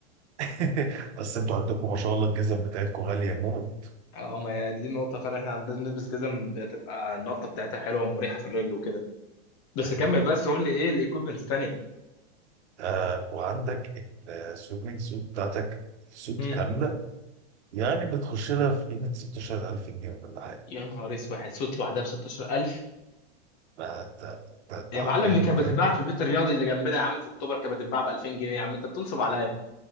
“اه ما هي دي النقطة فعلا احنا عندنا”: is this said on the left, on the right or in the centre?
Left